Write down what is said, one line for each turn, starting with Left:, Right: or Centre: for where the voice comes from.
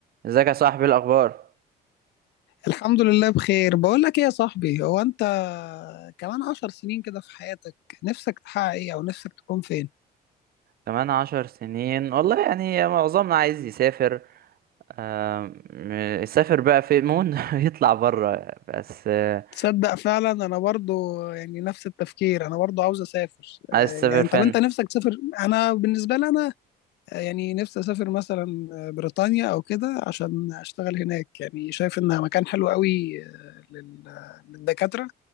Right: ازيك يا صاحبي إيه الاخبار
Left: الحمد لله بخير بقول لك ايه يا صاحبي هو انت كمان عشر سنين كده في حياتك نفسك تحقق ايه او نفسك تكون فين
Right: كمان عشر سنين والله يعني معظمنا عايز يسافر آم، يسافر بقى في مون <laughs> يطلع بره بس آه،
Left: تصدق فعلا انا برضو يعني نفس التفكير انا برضو عاوز اسافر آه،
Right: عايز تسافر
Left: يعني
Right: فين
Left: طب انت نفسك تسافر انا بالنسبة لي انا آه، يعني نفسي اسافر مثلا آه، بريطانيا او كده عشان اشتغل هناك يعني شايف انها مكان حلو قوي آه، لل- للدكاترة